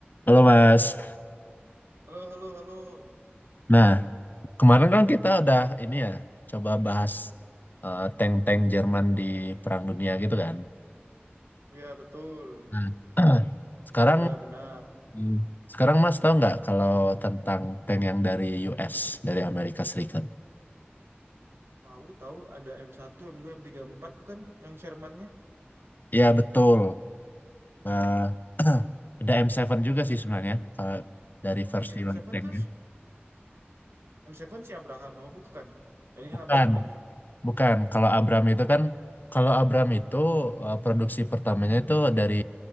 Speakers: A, on the left; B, on the right.
A: Halo Mas.
B: Halo, halo, halo.
A: Nah, kemarin kan kita udah ini ya, coba bahas eh, tank-tank Jerman di Perang Dunia gitu kan.
B: Ya, betul.
A: Nah, <clears throat> sekarang
B: Anda benar.
A: Hmm. sekarang Mas tahu nggak kalau tentang tank yang dari US, dari Amerika Serikat?
B: Tahu, tahu ada m satu m dua m tiga m empat bukan yang Sherman-nya?
A: Ya betul. Eh, <clears throat> ada M7 juga sih sebenarnya, kalau dari
B: Oh
A: versi
B: iya, m
A: light
B: tujuh
A: tanknya.
B: terus. m tujuh si Abraham, apa bukan? Ini kan
A: Bukan.
B: Abraham lagi.
A: Bukan, kalau Abram itu kan, kalau Abram itu eh, produksi pertamanya itu dari